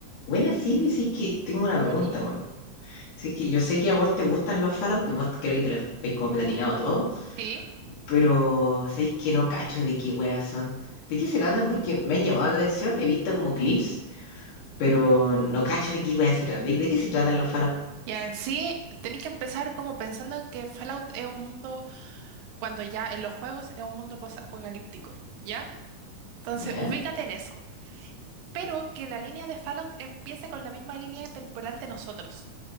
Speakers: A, on the left; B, on the right.
A: Buena, Silvi, sí que tengo una pregunta,
B: Oli,
A: bueno. Sí que yo sé que a vos te gustan los Fallout, vos creo que te los veis como platinado todo,
B: sí,
A: pero sabéis que no cacho de qué weas son. ¿De qué se tratan? Porque me han llamado la atención, he visto como clips, pero no cacho de qué weas se tratan. ¿De, de qué se tratan los Fallout?
B: y en sí tenéis que empezar como pensando en que Fallout es un mundo, cuando ya en los juegos es un mundo post-apocalíptico, ¿ya? Entonces,
A: Ya,
B: ubícate en eso, pero que la línea de Fallout empiece con la misma línea temporal de nosotros.